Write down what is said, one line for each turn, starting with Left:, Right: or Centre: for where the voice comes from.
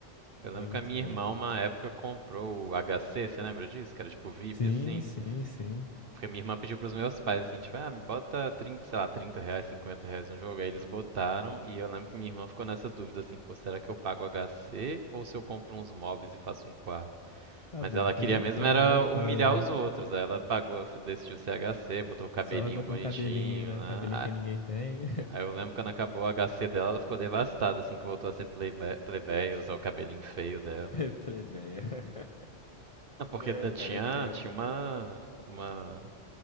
Right: Eu lembro
Left: Era
Right: que
Left: muito
Right: a minha
Left: bom.
Right: irmã, uma época, comprou o HC, você lembra disso? Que era tipo VIP,
Left: Sim,
Right: assim,
Left: sim, sim.
Right: Porque minha irmã pediu pros meus pais, assim, tipo, ah, bota 30 sei lá, 30 reais, 50 reais no jogo. Aí eles botaram e eu lembro que minha irmã ficou nessa dúvida, assim, pô, será que eu pago HC ou se eu compro uns mobs e faço um quarto?
Left: Ah,
Right: Mas
Left: boa,
Right: ela
Left: fazer
Right: queria
Left: o
Right: mesmo
Left: quarto,
Right: era
Left: dá foda,
Right: humilhar
Left: né?
Right: os outros. Aí ela pagou, decidiu ser HC, botou o cabelinho
Left: Só vai botar
Right: bonitinho,
Left: o cabelinho, né?
Right: né?
Left: O cabelinho
Right: A-
Left: que ninguém tem.
Right: Aí eu lembro quando acabou o HC dela, ela ficou devastada, assim, que voltou a ser plebe- plebeia, usar o cabelinho feio dela.
Left: <laughs> Plebeia.
Right: Ah, Porque
Left: É,
Right: t-
Left: cara,
Right: tinha,
Left: é tenso.
Right: tinha uma, uma